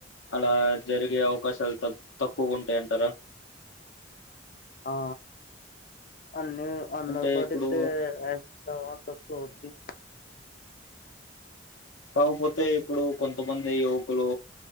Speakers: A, on the left; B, on the left.
A: అలా జరిగే అవకాశాలు తక్ తక్కువ ఉంటాయంటారా
B: ఆ అన్ని అందరు
A: అంటే
B: పాటితే
A: ఇప్పుడు
B: యాక్సిడెన్ తక్కువ అవుతాయి
A: కాకపోతే ఇప్పుడు కొంతమంది యువకులు